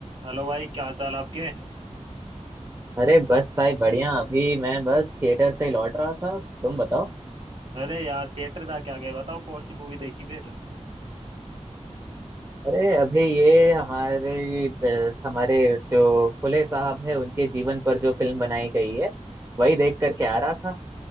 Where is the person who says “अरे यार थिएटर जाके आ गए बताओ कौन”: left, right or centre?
Right